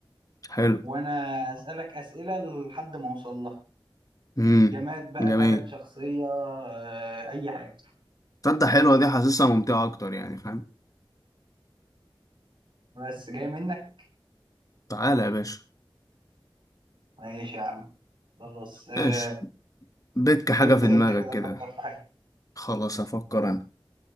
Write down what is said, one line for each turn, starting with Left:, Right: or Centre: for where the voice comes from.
Left: حلو
Right: وأنا أسألك أسئلة لحد ما أوصل لها
Left: امم
Right: جماد بقى
Left: جميل
Right: بلد شخصية آه، أي حاجة
Left: تصدق حلوه دي حاسسها ممتعه اكتر يعني فاهم
Right: بس جاي منك؟
Left: تعالى يا باشا
Right: ماشي يا عم خلاص آه،
Left: ماشي بك حاجه
Right: ابدأ
Left: في دماغك
Right: أنت كده
Left: كده
Right: فكر في حاجة
Left: خلاص افكر انا